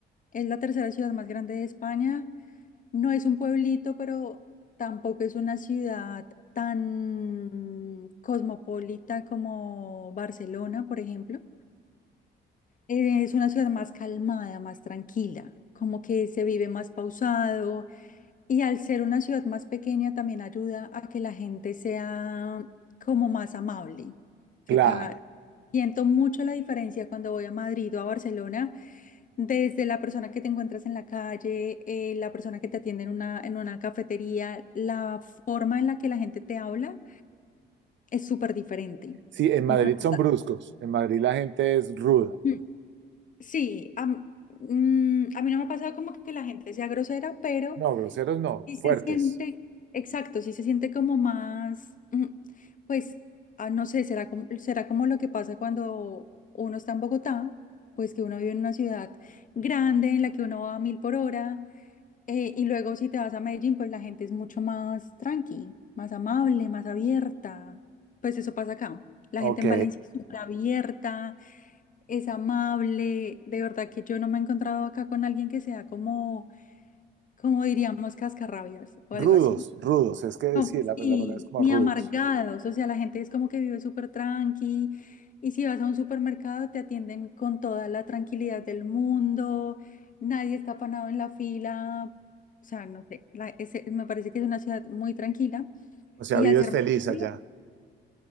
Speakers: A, on the left; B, on the right.
A: Es la tercera ciudad más grande de España. No es un pueblito, pero tampoco es una ciudad tan cosmopolita como Barcelona, por ejemplo. Eh, Es una ciudad más calmada, más tranquila, como que se vive más pausado y al ser una ciudad más pequeña también ayuda a que la gente sea como más amable.
B: claro.
A: Acá siento mucho la diferencia cuando voy a Madrid o a Barcelona. Desde la persona que te encuentras en la calle, eh, la persona que te atiende en una, en una cafetería, la forma en la que la gente te habla es súper diferente.
B: Sí, en
A: Entonces,
B: Madrid son bruscos, en Madrid la gente es ruda.
A: Mm. sí, a, m- mm, a mí no me ha pasado como que la gente sea grosera, pero
B: No, groseros no,
A: sí
B: fuertes.
A: se siente, exacto, sí se siente como más, mm, pues, ah, no sé, será como, será como lo que pasa cuando uno está en Bogotá, pues que uno vive en una ciudad grande en la que uno va a mil por hora Eh, y luego si te vas a Medellín, pues la gente es mucho más tranqui, más amable, más abierta. Pues eso pasa acá. La
B: Ok,
A: gente en Valencia es súper abierta, es amable. De verdad que yo no me he encontrado acá con alguien que sea como, como diríamos, cascarrabias o
B: rudos,
A: algo así.
B: rudos, es que
A: No,
B: sí, la, la
A: sí,
B: palabra es como
A: ni
B: rudos.
A: amargados, o sea, la gente es como que vive súper tranqui y si vas a un supermercado te atienden con toda la tranquilidad del mundo, nadie está apanado en la fila, o sea, no sé, la- ese- me parece que es una ciudad muy tranquila
B: O sea,
A: y
B: vives
A: al ser...
B: feliz allá.
A: más-